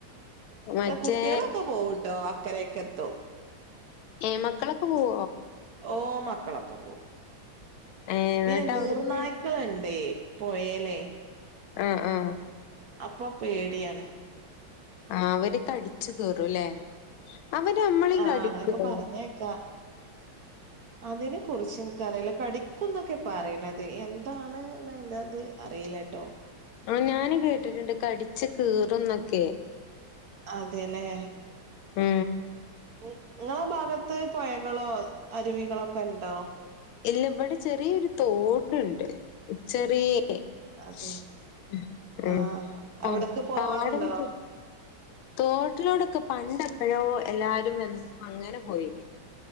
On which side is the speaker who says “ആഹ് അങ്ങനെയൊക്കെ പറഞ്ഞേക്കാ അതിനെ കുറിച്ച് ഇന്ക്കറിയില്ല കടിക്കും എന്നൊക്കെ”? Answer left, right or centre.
Right